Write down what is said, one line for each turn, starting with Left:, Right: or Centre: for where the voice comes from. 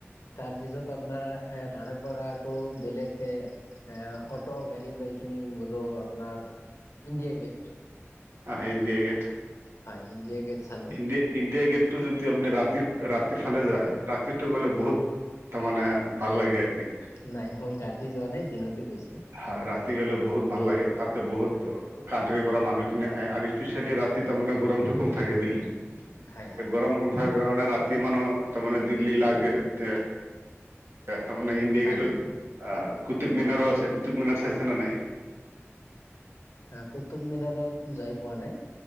Left: তাৰপিছত আপোনাৰ এ তাৰে পৰা আকৌ বেলেগকে এ অটো গাড়ী লৈ কিনি গলো আপোনাৰ, ইণ্ডিয়া গেট।
Right: অ' ইণ্ডিয়া গেট।
Left: হয় ইণ্ডিয়া গেট চালোঁ।
Right: ইণ্ডিয়া ইণ্ডিয়া গেটটো যদি আপুনি ৰাতি ৰাতিৰ ফালে যায় ৰাতিটো গ'লে বহুত তাৰ মানে ভাল লাগে আৰু কি?
Left: নাই মই ৰাতি যোৱা নাই দিনতে গৈছোঁ।
Right: হা ৰাতি হ'লে বহুত ভাল লাগে তাতে বহুত
Left: হয়
Right: কাণ্ট্ৰিৰ পৰা মানুহখিনি আহে আৰু স্পেচিয়েলি ৰাতি তাৰমানে গৰমটো কম থাকে দিল্লীৰ।
Left: হয় হয়
Right: গৰম কম থাকাৰ কাৰণে ৰাতি মানুহ তাৰমানে দিল্লী লাছ গেট তাৰমানে ইণ্ডিয়া
Left: হয়
Right: গেটত অ' কুটুব মিনাৰো
Left: হয়
Right: আছে কুটুব মিনাৰ চাইছা নে নাই?
Left: হা কুটুব মিনাৰত যাই পোৱা নাই।